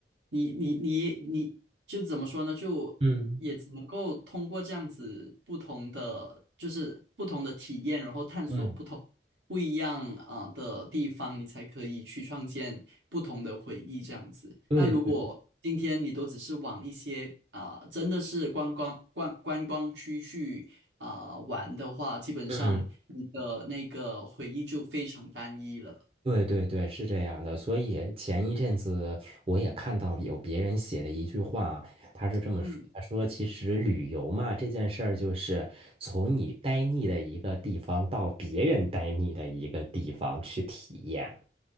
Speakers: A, on the right; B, on the right.
A: 你你你你就怎么说呢？就也只能够通过这样子不同的，
B: 嗯
A: 就是不同的体验，然后探索不同不一样啊、
B: 嗯，
A: 的地方，你才可以去创建不同的回忆这样子。
B: 对对。
A: 那如果今天你都只是往一些啊、真的是观光观观光区去啊、玩的话，基本上你的那个回忆就非常单一了。
B: 嗯。对对对，是这样的。所以前一阵子我也看到有别人写的一句话，他是这么说：
A: 嗯。
B: 他说，其实旅游嘛，这件事儿就是从你呆腻的一个地方到别人呆腻的一个地方去体验。